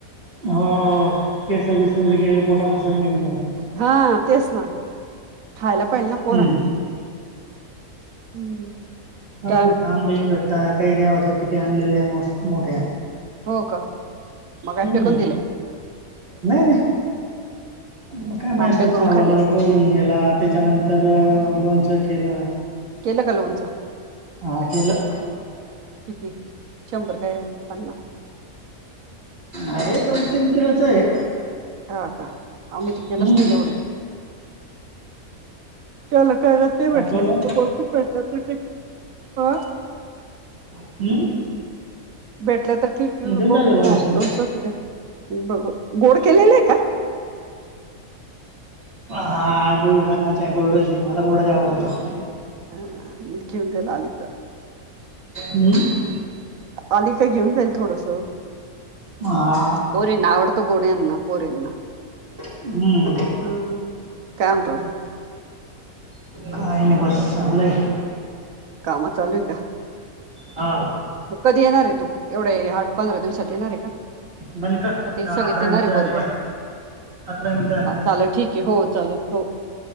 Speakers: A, on the right; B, on the right.
A: हो केसं बिस गेलेले पोटात ते सगळं निघून जात.
B: हा तेच ना खायला पायेल ना पोरांनी
A: हम्म.
B: हम्म.
A: ह
B: काय
A: भेटता आंबीही भेटता कैऱ्या होत्या किती आणलेल्या मस मोठ्या.
B: हो का. मग काय
A: हम्म
B: फेकून दिल्या
A: नाही-नाही. म काय मा
B: आंबे
A: तो
B: करून
A: साडू
B: खाल्ले
A: आला
B: असेल.
A: तर तो घेऊन गेला त्याच्यानंतर लोणचं केलं.
B: केलं का लोणचं?
A: हा केलं.
B: किती शंभर कैऱ्याच की पन्नास?
A: आहे दोन तीन किलोच आहे.
B: हा का आम्ही त
A: हम्म
B: केलंच नाही एवढ्यात त्याला काय ते
A: टाकलं
B: भेटले
A: लोण
B: त ब खूप भेटलं तर ठीक ह.
A: हम्म.
B: भेटल्या तर ठीक
A: घेऊन
B: बघू
A: जायचं लोणचं
B: काय लोणच बघू गोड केलेले आहे का?
A: हा गोळी टाकाचे गोडची मला गोडज आवडतात.
B: हा मु घेऊन जाईल आली का.
A: हम्म.
B: आली काय घेऊन जाईल थोडसं.
A: हा
B: पोरींना आवडत गोड यांना पोरीना.
A: हम्म
B: ह काय म्हणतो अजून.
A: काही नाही बस चालय.
B: काम चालूय आहे का?
A: हा.
B: मग कधी येणार आहे तो एवढं ह्या पंधरा दिवसात येणार आहे का
A: बंद कर
B: ते
A: दहा
B: सगळेच
A: अकरा
B: येणारे
A: मिनिटं झाले
B: बरोबर.
A: पाय अकरा मिनिट झाले पाहाय.
B: झालं ठीक ये हो चाल हो.